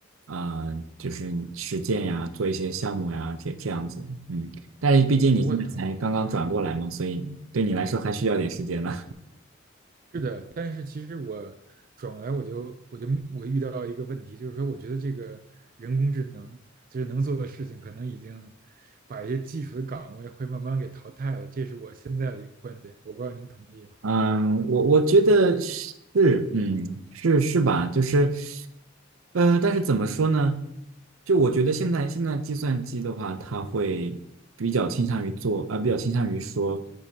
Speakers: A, on the right; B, on the right.
A: 呃，就是实践呀，做一些项目呀，这这样子，嗯，但是毕竟你现在才刚刚转过来嘛，
B: 我就我很同意。
A: 所以对你来说还需要点时间呢。
B: 是的，但是其实我转过来我就我就我遇到一个问题，就是说我觉得这个人工智能就是能做的事情，可能已经把一些基础的岗位会慢慢给淘汰了，这是我现在的一个观点，我不知道您同意吗？
A: <laughs> 嗯，我我觉得是，嗯，是是吧？就是，呃，但是怎么说呢？就我觉得现在现在计算机的话，它会比较倾向于做，呃，比较倾向于说